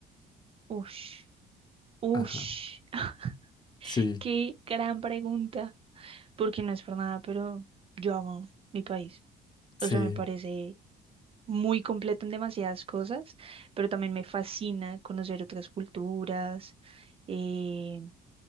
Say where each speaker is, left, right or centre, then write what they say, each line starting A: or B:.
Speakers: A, on the right; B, on the left.
A: Ush, ush.
B: Ajá.
A: <laughs>
B: Sí,
A: Qué gran pregunta. Porque no es por nada, pero yo amo mi país.
B: sí.
A: O sea, me parece muy completo en demasiadas cosas, pero también me fascina conocer otras culturas, eh,